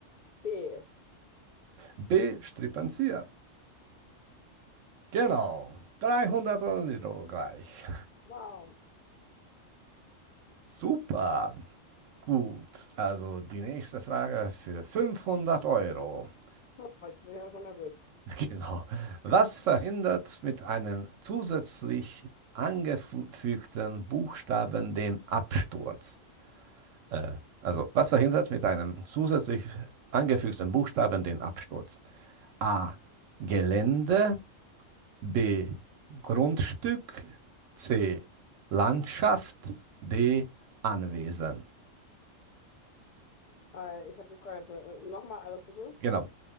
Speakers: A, on the left; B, on the right.
A: B.
B: B. Strippenzieher. Genau. 300 Euro gleich.
A: Wow.
B: Super. Gut, also die nächste Frage für 500 Euro. <laughs>
A: Oh, ich bin ja schon nervös.
B: Genau. Was verhindert mit einem zusätzlich angefügten Buchstaben den Absturz? Äh, also, was verhindert mit einem zusätzlich angefügten Buchstaben den Absturz? A. Gelände. B. Grundstück. C. Landschaft. D. Anwesen.
A: Äh, ich habe die Frage jetzt äh, nochmal alles bitte.
B: Genau.